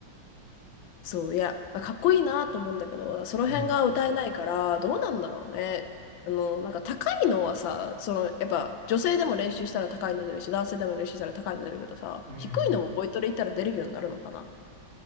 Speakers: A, on the left; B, on the right.
A: そう、いや、かっこいいなと思うんだけど、その辺が歌えないから、
B: うん。うん。
A: どうなんだろうね。あの、なんか高いのはさ、その、やっぱ女性でも練習したら高いの出るし、男性でも練習したら高いの出るけどさ、
B: うんうん。
A: 低いのもボイトレ行ったら出るようになるのかな。